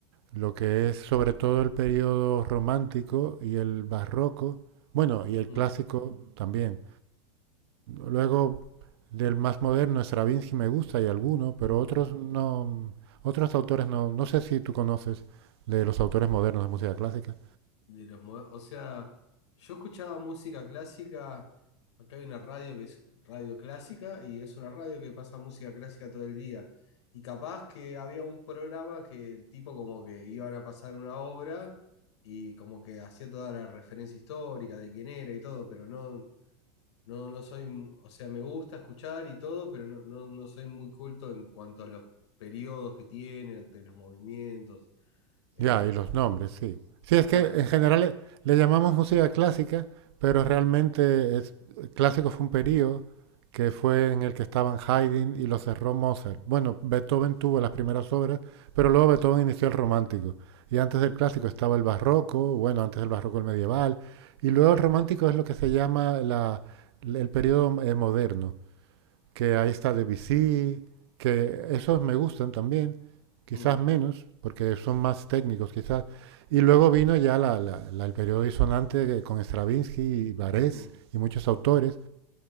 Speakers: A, on the right (about 65°); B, on the left (about 80°).
A: lo que es sobre todo el periodo romántico y el barroco, bueno, y el
B: mm,
A: clásico también. Luego, del más moderno, Stravinsky me gusta y alguno, pero
B: mm.
A: otros no, otros autores no, no sé si tú conoces de los autores modernos de música clásica.
B: De los, moder- o sea, yo escuchaba música clásica. Acá hay una radio que es radio clásica y es una radio que pasa música clásica todo el día. Y capaz que había un programa que el tipo como que iban a pasar una obra y como que hacía toda la referencia histórica de quién era y todo, pero no, no, no soy, o sea, me gusta escuchar y todo, pero no, no, no soy muy culto en cuanto a los periodos que tiene, ante los movimientos. Eh,
A: Ya, y los nombres, sí. Sí, es
B: claro,
A: que en general le, le llamamos música clásica, pero realmente es, clásico fue un periodo que fue en
B: mm,
A: el que estaban Haydn y lo cerró Mozart. Bueno, Beethoven tuvo
B: claro.
A: las primeras obras, pero luego Beethoven inició el romántico. Y antes del clásico
B: Mm,
A: estaba el barroco, bueno, antes del barroco el medieval, y luego el romántico es lo que se llama la- el periodo moderno que ahí está Debussy, que esos me gustan también, quizás
B: mm,
A: menos, porque son más técnicos quizás. Y luego vino ya la, la- la- el periodo disonante que- con Stravinsky y Barés
B: mm,
A: y muchos autores.